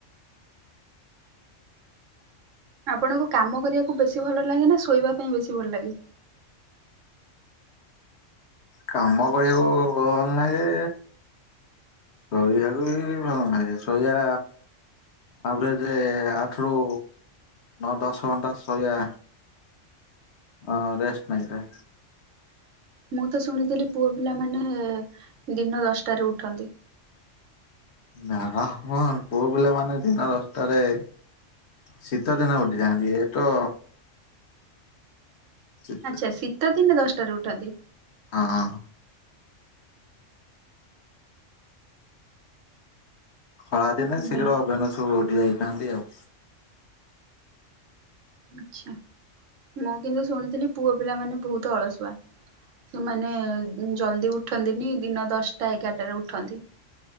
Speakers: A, on the right (about 80°); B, on the left (about 65°).
A: ଆପଣଙ୍କୁ କାମ କରିବାକୁ ବେଶି ଭଲ ଲାଗେ ନା ଶୋଇବା ପାଇଁ ବେଶୀ ଭଲ ଲାଗେ?
B: କାମ କରିଆକୁ ଭଲ୍ ନଗେ। ଶୋଇବାକୁ ବି ଭଲ୍ ନାଗେ, ଶୋଇଆ ଆଭରେଯେ ଆଠରୁୁ ନଅ ଦଶ ଘଣ୍ଟା ଶୋଇଆ। ହଁ, ରେଷ୍ଟ ନେଇଥାଏ।
A: ମୁଁ ତ ଶୁଣିଥିଲି, ପୁଅ ପିଲାମାନେ, ଦିନ ଦଶଟାରେ ଉଠନ୍ତି।
B: ନା ହ ହଁ, ପୁଅ ପିଲା ମାନେ ଦିନ ଦଶ୍ ଟାରେ ଶୀତ ଦିନେ ଉଠି ଯାଆନ୍ତି, ଏ ତ ଶୀତ
A: ଆଛା, ଶୀତ ଦିନେ ଦଶଟାରେ ଉଠନ୍ତି।
B: ଅଁ ହଁ। ଖରାଦିନେ ଶୀଘ୍ର
A: ଭଲ
B: ବେନୁସୁ ଉଠି ଯାଇଥାନ୍ତି ଆଉ।
A: ଆଛା, ମୁଁ କିନ୍ତୁ ଶୁଣିଥିଲି ପୁଅ ପିଲା ମାନେ ବହୁତ ଅଳସୁଆ। ସେମାନେ ଜଲ୍ଦି ଉଠନ୍ତିନି, ଦିନ ଦଶଟା ଏଗାରଟାରେ ଉଠନ୍ତି।